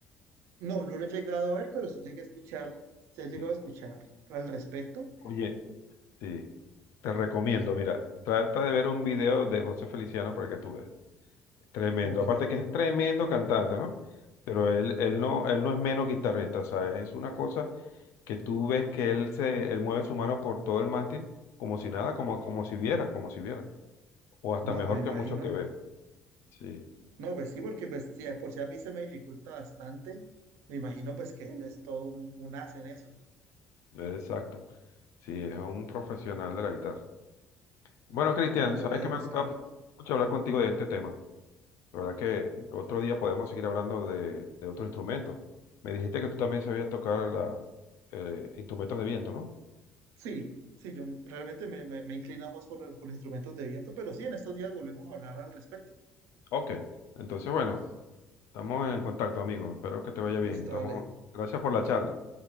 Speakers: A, on the right; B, on the left.
A: No, no lo he llegado a ver, pero sí llegué a escuchar, se ha llegado
B: Sí.
A: a escuchar al respecto.
B: Oye, sí. Te recomiendo, mira, trata de ver un video de José Feliciano para que tú veas. Tremendo.
A: Ok.
B: Aparte que es tremendo cantante, ¿no? Pero él, él no, él no es menos guitarrista, ¿sabes? Es una cosa que tú ves que él se, él mueve su mano por todo el mástil como si nada, como, como si viera, como si viera. O hasta
A: No,
B: mejor
A: pues me
B: que
A: imagino.
B: muchos que vemos. Sí.
A: No, pues sí, porque pues sí, de por si a mí se me dificulta bastante, me imagino pues que él es todo un, un as en eso.
B: Exacto. Sí, es un profesional de la guitarra. Bueno, Cristian,
A: No, pues lo
B: sabes
A: voy a
B: que
A: buscar.
B: me ha gustado mu- mucho hablar contigo de este tema. La verdad que
A: sí.
B: otro día podemos seguir hablando de, de otro instrumento. Me dijiste que tú también sabías tocar la, eh, instrumentos de viento, ¿no?
A: Sí, sí, yo realmente me, me, me inclino más por, los- por instrumentos de viento, pero sí, en estos días volvemos a hablar al respecto.
B: Ok. Entonces, bueno, estamos en contacto, amigo. Espero que te vaya bien.
A: Listo,
B: Estamos...
A: dale.
B: Gracias por la charla.